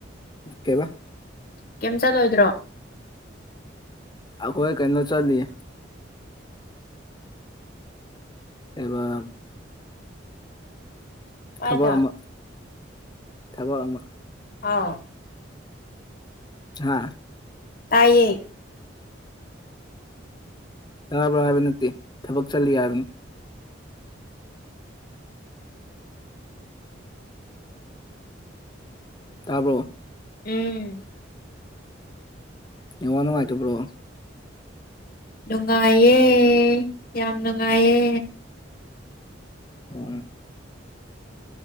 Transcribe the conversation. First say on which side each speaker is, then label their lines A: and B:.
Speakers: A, on the left (about 25°); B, on the left (about 50°).
A: ꯀꯩꯕ
B: ꯀꯩꯝ ꯆꯠꯂꯣꯏꯗ꯭ꯔꯣ
A: ꯑꯩꯈꯣꯏ ꯀꯩꯅꯣ ꯆꯠꯂꯤꯌꯦ ꯀꯩꯕ
B: ꯀꯥꯏꯗ
A: ꯊꯥꯕꯛ ꯑꯃ ꯊꯥꯕꯛ ꯑꯃ
B: ꯍꯥꯎ
A: ꯍꯥꯥ
B: ꯇꯥꯏꯌꯦ
A: ꯇꯥꯕ꯭ꯔꯥ ꯍꯥꯏꯕ ꯅꯠꯇꯦ ꯊꯕꯛ ꯆꯠꯂꯤ ꯍꯥꯏꯕꯅꯤ ꯇꯥꯕ꯭ꯔꯣ
B: ꯎꯝ
A: ꯅꯦꯠ ꯋꯥꯛ ꯅꯨꯡꯉꯥꯏꯇꯕ꯭ꯔꯣ
B: ꯅꯨꯡꯉꯥꯏꯌꯦ ꯌꯥꯝ ꯅꯨꯡꯉꯥꯏꯌꯦ
A: ꯑꯣꯑꯣ